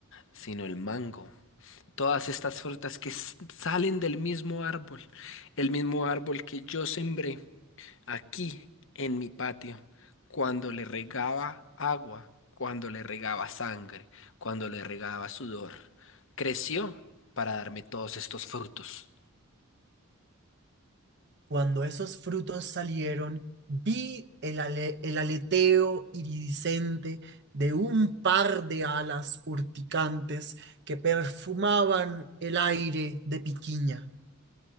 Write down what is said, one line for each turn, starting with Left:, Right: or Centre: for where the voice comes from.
Left: sino el mango. Todas estas frutas que s- salen del mismo árbol, el mismo árbol que yo sembré aquí en mi patio, cuando le regaba agua, cuando le regaba sangre, cuando le regaba sudor, creció para darme todos estos frutos.
Right: Cuando esos frutos salieron, vi el, ale- el aleteo iridiscente de un par de alas urticantes que perfumaban el aire de Piquiña.